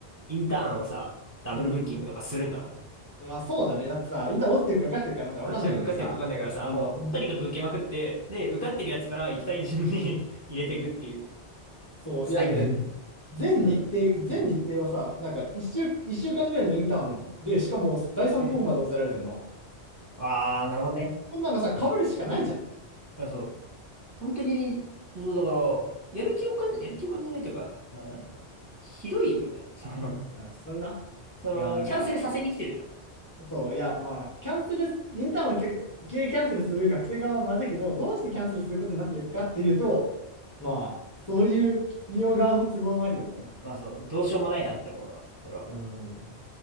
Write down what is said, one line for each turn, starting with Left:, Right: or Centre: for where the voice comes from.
Right: インターンをさ、ダブルブッキングとかするんだろうね。
Left: うんまあそうだね。だってさ、インター落ちてるか受かってるかなんて分かんないのにさ、
Right: どちらか受かってるか受かんないからさ、
Left: あの、
Right: もう、とにかく受けまくって、で、受かってるやつから行きたい順に <laughs> 入れていくっていう。
Left: そう、
Right: 作業に。
Left: いやだって、全日程、
Right: うん。
Left: 全日程をさ、なんか1週、一週間ぐらいのインターンで、しかも第3候補まで抑えられてんの。
Right: うん。ああ、なるほどね。
Left: こんなのさ、被るしかないじゃん。
Right: あ、そう。本当に、そう、だから、やる気を感じ、やる気を感じないというか、な、なんかひどいよね。その、
Left: いや、それな。
Right: <laughs> そう、
Left: いや、なんか、
Right: キャンセルさせに来てるじゃん。
Left: そう、いや、まあ、キャンセル、インターンをけ受けキャンセルする学生側はまずいけど、どうしてキャンセルすることになってるかっていうと、まあ、そういう企業側の都合もあるよね。
Right: まあそう、どうしようもないなって思うわ。それは
Left: うん。